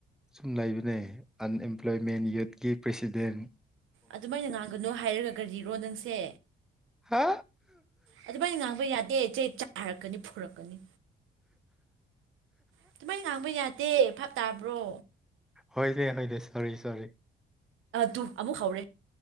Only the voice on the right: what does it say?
ꯑꯗꯨꯃꯥꯏꯅ ꯉꯥꯡꯒꯅꯣ ꯍꯥꯏꯔꯒ ꯀꯔꯤꯔꯣ ꯅꯪꯁꯦ
ꯑꯗꯨ ꯃꯥꯅ ꯉꯥꯡꯕ ꯌꯥꯗꯦ ꯏꯆꯦ ꯆꯥꯔꯛꯀꯅꯤ ꯐꯨꯔꯛꯀꯅꯤ ꯑꯗꯨꯨꯃꯥꯏꯅ ꯉꯥꯡꯕ ꯌꯥꯗꯦ ꯚꯥꯞ ꯇꯥꯕ꯭ꯔꯣ
ꯗꯨ ꯑꯃꯨꯛ ꯍꯧꯔꯦ